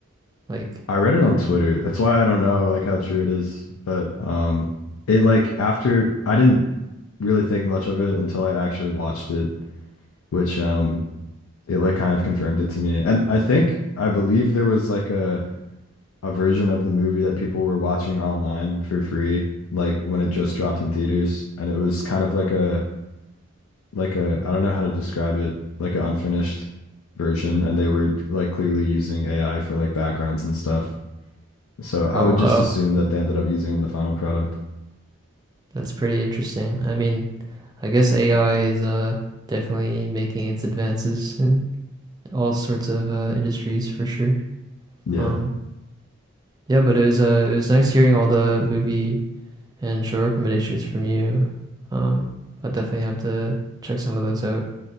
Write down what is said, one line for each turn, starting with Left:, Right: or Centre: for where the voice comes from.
Right: like?
Left: I read it on Twitter. That's why I don't know like how true it is, but um it like after I didn't really think much of it until I actually watched it, which um it like kind of confirmed it to me. And I think I believe there was like a a version of the movie that people were watching online for free like when it just dropped in theaters and it was kind of like a like a I don't know how to describe it, like an unfinished version, and they were like clearly using AI for like backgrounds and stuff. So I
Right: Oh,
Left: would just
Right: wow,
Left: assume that they ended up using it in the final product.
Right: that's pretty interesting. I mean, I guess AI is uh definitely making its advances in all sorts of uh, industries for sure.
Left: Yeah.
Right: Um. Yeah, but it was uh it was nice hearing all the movie and show recommendations from you. Um, I definitely have to check some of those out.